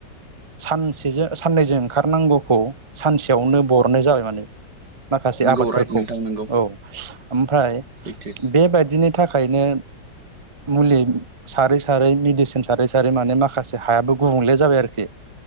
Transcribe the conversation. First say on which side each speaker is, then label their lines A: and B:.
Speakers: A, on the right (about 25°); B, on the right (about 70°).
A: सानसेजों साननैजों ओंखारनांगौखौ सानसेयावनो बरननाय जाबाय माने माखासे
B: नंगौ
A: आबादफोरखौ
B: राइट नोंथां नंगौ
A: औ ओमफ्राय
B: सैथो
A: बेबायाददिनि थाखायनो मुलि सारै सारै मेडिसिन सारै सारै माने माखासे हायाबो गुबुंले जाबाय आरोखि